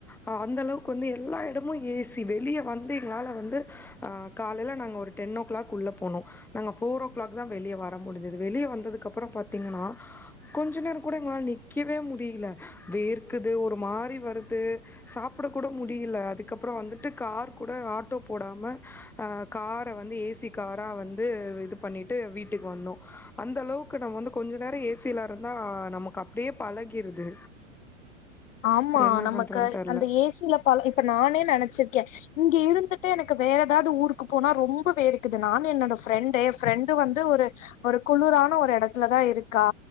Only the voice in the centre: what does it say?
அ அந்த அளவுக்கு வந்து எல்லா இடமு ஏசி வெளிய வந்து எங்களால வந்து ஆ காலையில நாங்க ஒரு டென் ஓ கிளாக் உள்ள போனோ நாங்க ஃபோரோ கிளாக் தா வெளிய வர முடிஞ்சது வெளியே வந்ததுக்கு அப்புற பாத்தீங்கன்னா கொஞ்ச நேர கூட எங்களால நிக்கவே முடில வேர்க்குது ஒரு மாரி வருது சாப்ட கூட முடில அதுக்கப்புறோ வந்துட்டு கார் கூட ஆட்டோ போடாம அ கார வந்து ஏசி காரா வந்து இது பண்ணிட்டு வீட்டுக்கு வந்தோ அந்த அளவுக்கு நம்ம வந்து கொஞ்ச நேரோ ஏ சில இருந்தா நமக்கு அப்டியே பழகிருது
என்ன
பண்றதுன்னு தெர்ல